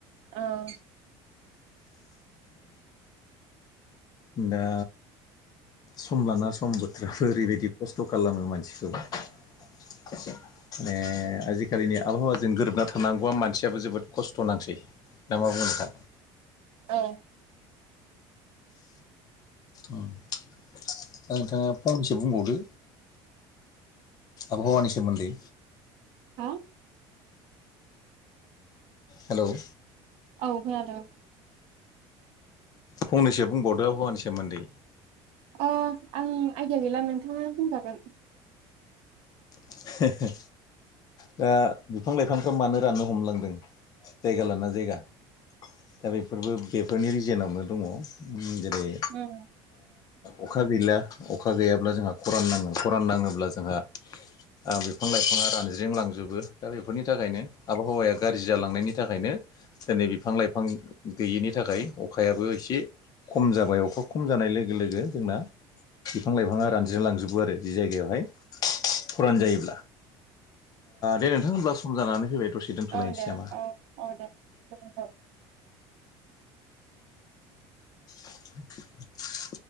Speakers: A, on the right; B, on the left.
A: औ
B: दा सम लाना सम बोथोरफोर ओरैबायदि खस्थ' खालामो मानसिखौ माने आजिखालिनि आबहावाजों गोरोबना थानांगौआ मानसियाबो जोबोद खस्थ' नांसै ना मा बुङो नोंथां
A: औ
B: औ दा नोंथाङा फबंनैसो बुंबावदो आबहावानि सोमोन्दै
A: हा
B: हेल'
A: औ खोनादों
B: फंनैसो बुंबावदो आबहावानि सोमोन्दै
A: अ आं आइडिया गैला नोंथाङा बुंजागोन
B: हो हो दा बिफां लाइफांखौ मानो राननो हमलांदों जायगा लाना जायगा दा बेफोरबो बेफोरनि रिजोनावनो दङ जेरै
A: उम
B: अखा गैला अखा गैयाब्ला जोंहा खरान नाङो खरान नाङोब्ला जोंहा बिफां लाइफाङा रानज्रिंलांजोबो दा बेफोरनि थाखायनो आबहावाया गाज्रि जालांनायनि थाखायनो दिनै बिफां लाइफां गैयिनि थाखाय अखायाबो एसे खम जाबाय अखा खम जानाय लोगो लोगो जोंना बिफां लाइफाङा रानज्रि लांजोबो आरो जि जायगायावहाय खरान जायोब्ला दे नोंथां होनब्ला सम जानानै फैबाय दसे दोनथ'लायनोसै
A: औ दे
B: नामा
A: औ औ दे गोजोनथों
B: <inaudible>